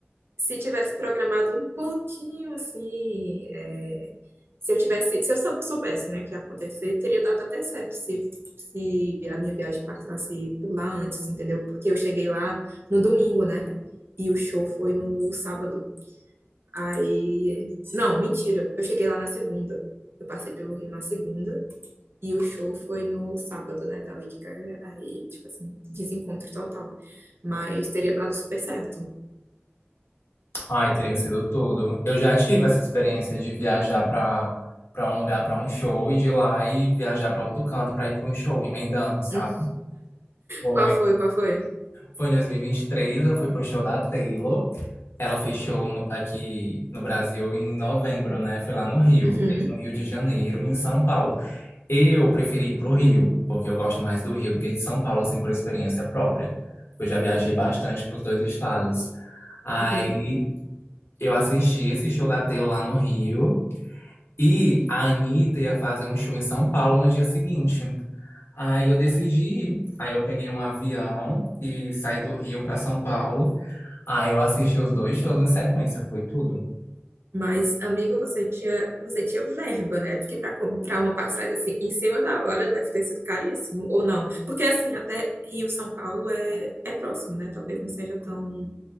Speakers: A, on the right; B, on the left.
A: Se tivesse programado um pouquinho assim, é, se eu tivesse, se eu sou- soubesse, né, que ia acontecer, teria dado até certo se, se a minha viagem passasse por lá antes, entendeu? Porque eu cheguei lá no domingo, né? E o show foi no sábado. Aí, não, mentira, eu cheguei lá na segunda. Eu passei pelo Rio na segunda. E o show foi no sábado, né, da Lady Gaga. Aí, tipo assim, desencontro total. Mas teria dado super certo.
B: Ai, teria sido tudo. Eu já tive essa experiência de viajar para para um lugar para um show e de lá e viajar para outro canto para ir para um show, emendando, sabe?
A: Hum.
B: Foi,
A: Qual foi? Qual foi?
B: foi em dois mil e e vinte e três eu fui pro show da Taylor. Ela fez show no- aqui no Brasil em novembro, né? Foi lá no Rio,
A: Uhum,
B: fez no Rio de Janeiro e em São Paulo. Eu preferi ir pro Rio, porque eu gosto mais do Rio do que de São Paulo, assim, por experiência própria. Eu já viajei bastante para os dois estados. Aí
A: uhum.
B: eu assisti esse show da Taylor lá no Rio e a Anitta ia fazer um show em São Paulo no dia seguinte. Aí eu decidi ir. Aí eu peguei um avião e saí do Rio para São Paulo. Aí eu assisti os dois shows em sequência, foi tudo.
A: Mas, amigo, você tinha, você tinha verba, né? Porque para comprar uma passagem assim em cima da hora deve ter sido caríssimo, ou não? Porque assim, até Rio, São Paulo é, é próximo, né? Talvez não seja tão,